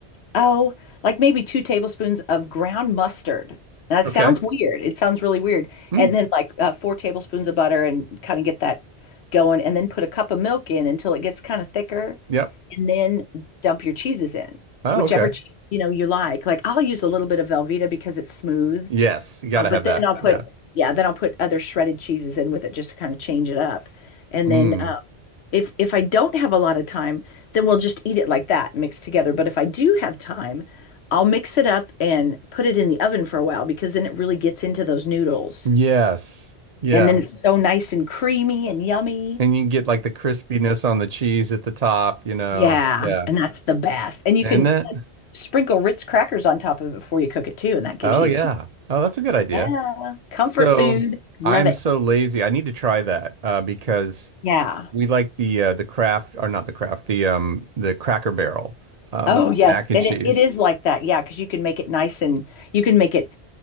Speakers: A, on the left (about 75°); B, on the right (about 40°).
A: oh, like maybe two tablespoons of ground mustard. That
B: Okay.
A: sounds weird. It sounds really weird.
B: Mm.
A: And then like uh, four tablespoons of butter and kind of get that going and then put a cup of milk in until it gets kind of thicker
B: Yep.
A: and then dump your cheeses in,
B: Oh,
A: whichever
B: okay.
A: cheese you know you like. Like I'll use a little bit of Velveeta because it's smooth.
B: Yes, you gotta
A: Oh, but
B: have
A: then
B: that.
A: I'll put
B: Yeah.
A: yeah, then I'll put other shredded cheeses in with it just to kind of change it up. And
B: Mm.
A: then um, if if I don't have a lot of time, then we'll just eat it like that, mixed together. But if I do have time, I'll mix it up and put it in the oven for a while because then it really gets into those noodles.
B: Yes. Yeah.
A: And then it's so nice and creamy and yummy.
B: And you can get like the crispiness on the cheese at the top, you know.
A: Yeah,
B: Yeah.
A: and that's the best. And you
B: Isn't
A: can
B: it?
A: uh, s- sprinkle Ritz crackers on top of it before you cook it too, and that gives
B: Oh
A: you,
B: yeah. Oh, that's a good idea.
A: yeah, comfort
B: So
A: food. Love
B: I'm
A: it.
B: so lazy. I need to try that uh, because
A: Yeah.
B: we like the uh, the craft or not the craft, the um the Cracker Barrel um
A: Oh, yes.
B: mac and
A: And
B: cheese.
A: it, it is like that. Yeah, because you can make it nice and you can make it